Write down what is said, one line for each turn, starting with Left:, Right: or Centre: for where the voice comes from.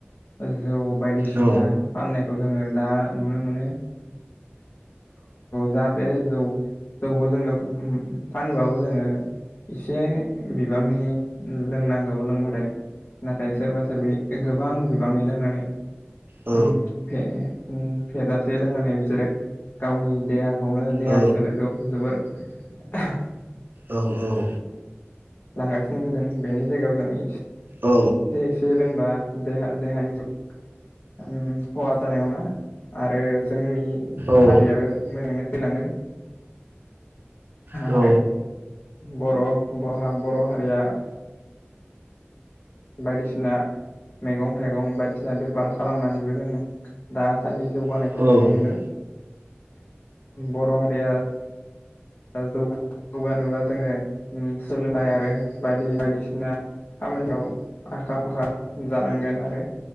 Left: ओ जौ बायदिसिना
Right: औ
Left: फाननाय जोङो दा नुनो मोनो जाहाते जौ जौखौ जोङो उम फानबाबो जोङो इसे बिबांनि लोंनांगौ लोंबाथाय ना नाथाय सोरबा सोरबि गोबां बिबांनि लोंनानै
Right: औ
Left: उम फे ए उम फेजासे लोंनानै बिसोरो गावनि देहाखौनो देहा
Right: औ
Left: सोलेरखौ जोबोर <unintelligible>
Right: औ औ
Left: लांगासिनो होदों बेनि जायगायाव जों एस
Right: औ
Left: एसे लों बा देहा-देहानि ज उम खहा जानाय नङा आरो जोंनि
Right: औ
Left: हारिया आरो मोजाङैनो थैलांगोन
Right: औ
Left: आरो बर बरहा बरहारिया बायदिसिना मैगं थाइगं बायदिसिना बेफार खालामनानैबो जों दा सान्दि जौगानायखौ
Right: औ
Left: नुनो मोनदों बर हारिया जौगा जौगानोबा जोङो उम सोलोंथाइ आरो बायदि बायदिसिना खामानियाव आखा फाखा जानांगोन आरो